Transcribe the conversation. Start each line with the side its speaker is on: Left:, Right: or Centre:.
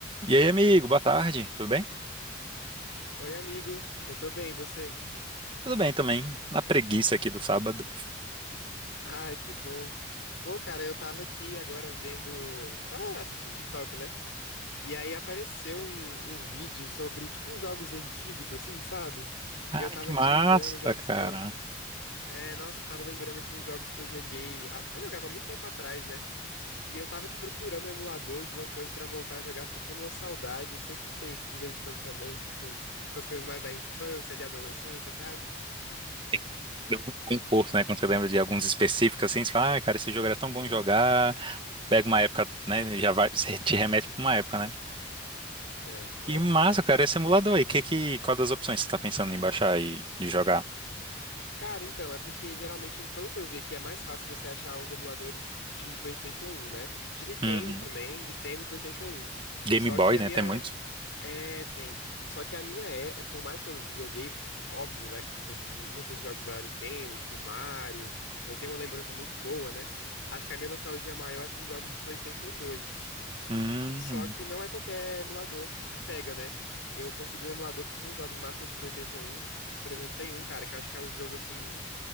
Right: E aí, amigo, boa tarde, tudo bem?
Left: Oi, amigo. Eu tô bem, e você?
Right: Tudo bem também, na preguiça aqui do sábado.
Left: Ai, que bom. Pô, cara, eu tava aqui agora vendo. Tava assistindo TikTok, né? E aí apareceu um, um vídeo sobre, tipo, uns jogos antigos, assim, sabe?
Right: Ah,
Left: E eu tava
Right: que
Left: aqui
Right: massa,
Left: lembrando jogos
Right: cara.
Left: que eu. É, nossa, eu tava lembrando aqui uns jogos que eu joguei. Ah, porque eu jogava há muito tempo atrás, né? E eu tava aqui procurando um emulador, alguma coisa pra voltar a jogar, porque eu tô numa saudade. Não sei se tu tem isso de vez em quando também, assim, com, com as coisas mais da infância ali, adolescência, sabe?
Right: Tem- Dá um Conforto, né? Quando você lembra de alguns específicos assim, você fala, ah, cara, esse jogo era tão bom
Left: Nossa.
Right: jogar. Pega uma época, né? Já vai, <laughs> você te remete pra uma época, né?
Left: É, nossa,
Right: E massa,
Left: demais.
Right: cara, esse emulador aí, que, que, qual das opções você tá pensando em baixar e de jogar?
Left: Cara, então, é porque geralmente, pelo que eu vi aqui, é mais fácil você achar uns emuladores de PlayStation 1, né? De Nintendo
Right: Uhum.
Left: também, Nintendo e PlayStation 1.
Right: Game
Left: Só
Right: Boy,
Left: que a
Right: né?
Left: minha,
Right: Tem muito.
Left: é, tem. Só que a minha é, por mais que eu joguei, óbvio, né, esses muitos desses jogos da Nintendo, tipo Mario, eu tenho uma lembrança muito boa, né? Acho que a minha nostalgia maior é com jogos de PlayStation 2.
Right: Hum,
Left: Só que não é qualquer emulador que pega, né? Eu consegui um emulador que tinha os jogos massas de PlayStation 1. Por exemplo, tem um, cara, que eu acho que é o jogo assim